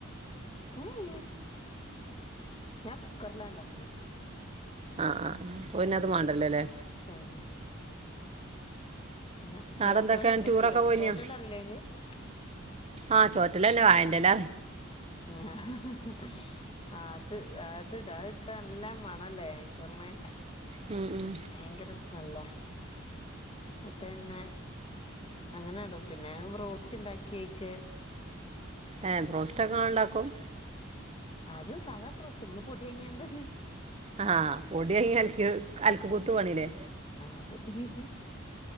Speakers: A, on the left; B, on the right.
A: ഏഹ് യേ ഞാ കുക്കറിലാ ണ്ടാക്കല്
B: ആഹ് ആഹ് അപ്പോപിന്നെ അത് മാണ്ടല്ലോല്ലേ
A: ആഹ് പിന്നെ ചോറ്റോല
B: അവിടെ എന്തൊക്കെയാണ്
A: ഇണ്ടെങ്കി
B: ടൂറൊക്കെ
A: ഇടും
B: പോയിനോ
A: ചോറ്റോല അറിയില്ലേ ഇങ്ങൾക്ക്
B: ആ ചോറ്റെലല്ല വാഴന്റെ ഇല.
A: ആഹാ <unintelligible> ആഹ് അത് അതിടാ അതിട്ടാ നല്ല മണല്ലേ നെയ്ചോറിന്
B: ഉം ഉം
A: ഭയങ്കര സ്മെല്ലാ ഇന്ന്ട്ടന്നെ അങ്ങനെടും പിന്നെ ബ്രോസ്റ്റ് ഉണ്ടാക്കി അയ്ക്ക്
B: ഏഹ് ബ്രോസ്റ്റോക്കെ ഇങ്ങള്ണ്ടാക്കും
A: അത് സാദാ ബ്രോസ്റ്റ് നമ്മള് പൊടി വാങ്ങിക്കാണ്ട്
B: ആഹ് പൊടിയാങ്ങി അൽക് അലക്ക് കുത്ത് പണിലേ
A: അതെന്നെ